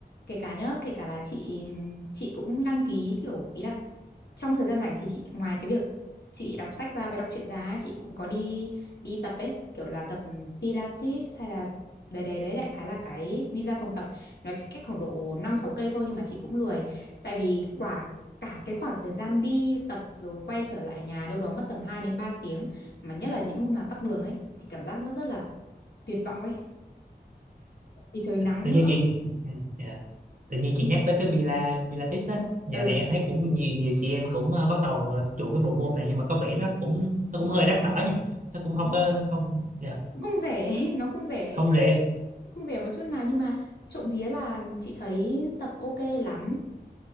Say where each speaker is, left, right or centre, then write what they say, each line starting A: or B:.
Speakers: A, on the left (about 75°); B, on the right (about 50°).
A: kể cả nhá kể cả là chị chị cũng đăng ký kiểu ý là trong thời gian rảnh thì chị ngoài cái việc chị đọc sách ra và đọc truyện ra ấy, chị cũng có đi đi tập ấy kiểu là tập Pilates hay là đấy đấy đấy đại khái là cái đi ra phòng tập nó chỉ cách khoảng độ 5 6 cây thôi nhưng mà chị cũng lười tại vì quả cả cái khoảng thời gian đi tập rồi quay trở lại nhà đâu đó mất tầm hai đến ba tiếng mà nhất là những hôm nào tắc đường ấy thì cảm giác nó rất là tuyệt vọng ấy thì trời nắng
B: tự
A: nữa
B: nhiên chị ừ, dạ. tự nhiên chị
A: Ừ.
B: nhắc tới cái Pila Pilates á dạo
A: Ừ,
B: này em thấy cũng nhiều nhiều chị em cũng ờ, bắt đầu ờ, chuộng cái bộ môn này nhưng mà có vẻ nó cũng nó cũng hơi đắt đỏ nha nó cũng
A: đúng
B: không
A: không?
B: có không không dạ,
A: Không rẻ, <laughs> nó không rẻ,
B: không rẻ
A: không rẻ một chút nào nhưng mà trộm vía là chị thấy tập ok lắm.